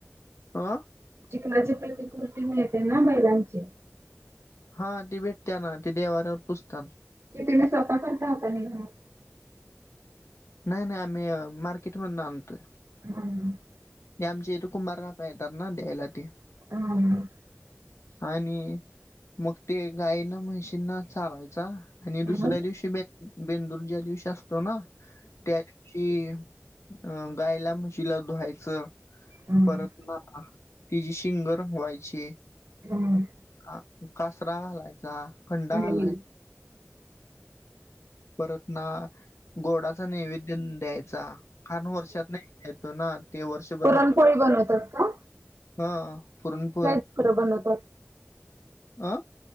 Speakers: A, on the left; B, on the right.
A: अ
B: चिखलाची प्रतिकृती मिळते ना बैलांची
A: हा ती भेटते ना, ती देव्हाऱ्यावर पूजता
B: ते तुम्ही <unintelligible> नाही
A: नाही नाही, आम्ही अ मार्केट मधून आणतोय.
B: हम्म
A: ते आमच्या इथे कुंभार काका येतात ना द्यायला ते.
B: <unintelligible>
A: आणि मग ते गाईंना, म्हशींना चारायचा. आणि
B: हम्म
A: दुसऱ्या दिवशी ब बेंदूर ज्या दिवशी असतो ना त्या दिवशी अ गायला, म्हशीला धुवायचं
B: हम्म
A: परत ना तिची शिंग रंगवायची.
B: हम्
A: हा कासरा घालायचा, कंडा
B: नाही
A: घालाय परत ना, गोडाचा नैवेद्य द्यायचा. खान वर्षातनं एकदा येतो ना, ते वर्षभर
B: <unintelligible> पोळी बनवतात का?
A: हा पुरणपोळी
B: खरं बनवत्यात.
A: आ?